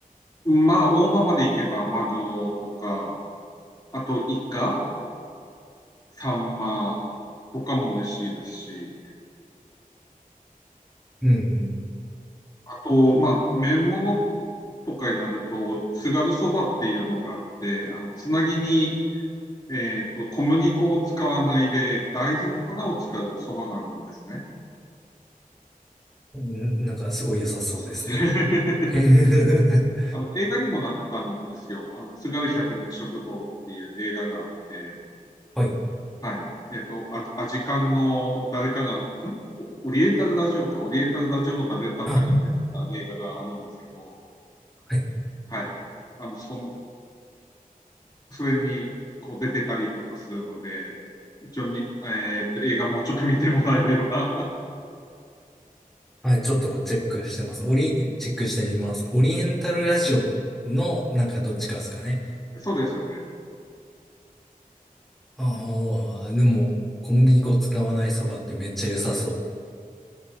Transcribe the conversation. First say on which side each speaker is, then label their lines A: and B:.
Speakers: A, on the left; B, in the centre.
A: まあ、大間まで行けばマグロとか、あとイカ、サンマとかも美味しいですし、
B: うん
A: あと、まあ、麺物とかになると、津軽そばっていうのがあって、あの、つなぎに、えーっと、小麦粉を使わないで、大豆の粉を使うそばがあるんですね。
B: うん。んなんかすごい良さそうですね。
A: <laughs>
B: <laughs>
A: あの、映画にもなったんですよ。あの、津軽百年食堂っていう映画があって、
B: はい。
A: はい。えっと、アジアジカンの誰かが、んオオリエンタルラジオか、オリエンタルラジオの誰だったかが出てた映画があるんですけど、
B: あ、はい。
A: はい。あの、そん、それに、こう出てたりとかするので、一応み、えっと、映画もうちょっと見てもらえれば。<laughs>
B: はい、ちょっとチェックしてます。オリ、チェックしてみます。オリエンタルラジオのなんかどっちかですかね。
A: そうですね。
B: ああ、でも小麦粉使わないそばってめっちゃ良さそ